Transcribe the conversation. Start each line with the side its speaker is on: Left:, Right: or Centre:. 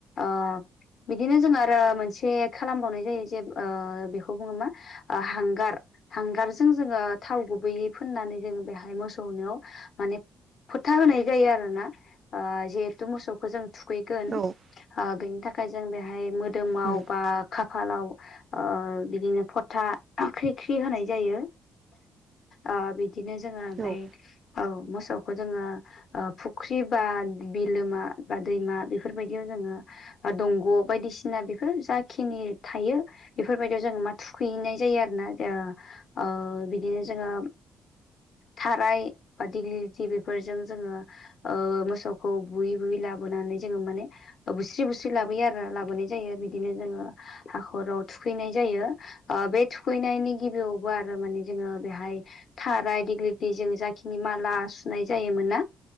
Left: ओ बिदिनो जों आरो मोनसे खालामबावनाय जायो जे ओ बेखौ बुङो मा ओ हांगार हांगारजों जोङो थाव गुबैयै फुननानै जोङो बेहाय मोसौनिआव माने फोथा होनाय जायो आरोना जिहेथु मोसौ खौ जों थुखैगोन
Right: औ
Left: ओ बेनि थाखाय जों बेहाय मोदोमाव
Right: उम
Left: बा खाफालाव बिदिनो फथा ख्रि ख्रि होनाय जायो। ओ बिदिनो जोंङो ओमफफ्राय
Right: औ
Left: औ मोसौखौ जोंङो ओ फुख्रि बा बिलोमा बा दैमा बेफोरबायदियाव जोंङो बा दंग' बायदिसिना बेफोर जाखिनि थायो बेफोरबायदियाव जोंङो मा थुखैहैनाय जायो आरोना ओ बिदिनो जोंङो थाराय बा दिग्लिलिथि बेफोरजों जोंङो ओ मोसौखौ बुयै बुयै लाबोनानै जोंङो माने बुस्रि बुस्रि सस्रि लाबोयो आरो लाबोनाय जायो बिदिनो जोंङो हाखराव थुखैनाय जायो। ओ बे थुखैनायनि गिबियावबो आरो माने जोंङो बेहाय थाराय दिग्लिलिथि जों जाखिनि माला सुनाय जायोमोन ना